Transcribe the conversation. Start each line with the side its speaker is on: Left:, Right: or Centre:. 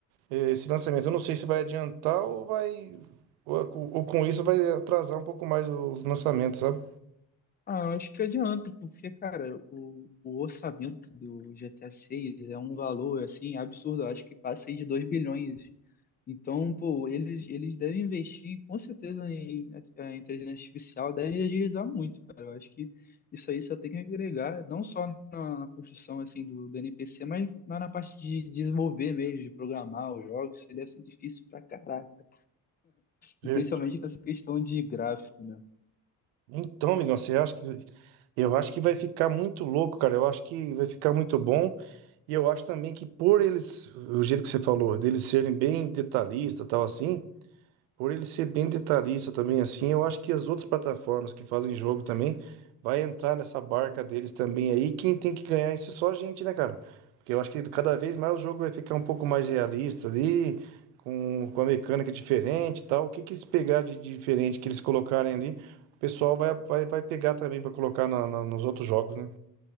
Right: eh, esse lançamento. Eu não sei se vai adiantar ou vai. Ou, ou com isso vai atrasar um pouco mais os lançamentos, sabe?
Left: Ah, eu acho que adianta, porque, cara, o, o orçamento do GTA VI é um valor, assim, absurdo. Eu acho que passa aí de 2 bilhões. Então, pô, eles, eles devem investir com certeza em a inteligência artificial, devem agilizar muito, cara. Eu acho que isso aí só tem que agregar, não só na, na construção assim do, do NPC, mas, mas na parte de desenvolver mesmo, de programar os jogos, isso aí deve ser difícil pra caraca. E
Right: E-
Left: Principalmente com essa questão de gráfico, né?
Right: Então, amigão, você acha que eu acho que vai ficar muito louco, cara. Eu acho que vai ficar muito bom. E eu acho também que por eles, o jeito que você falou, deles serem bem detalhista, tal assim, por ele ser bem detalhista também assim, eu acho que as outras plataformas que fazem jogo também vai entrar nessa barca deles também aí. Quem tem que ganhar isso é só a gente, né, cara? Porque eu acho que cada vez mais o jogo vai ficar um pouco mais realista ali, com, com a mecânica diferente e tal. O que que eles pegar de diferente que eles colocarem ali, o pessoal vai, vai, vai pegar também pra colocar na- na- nos outros jogos, né?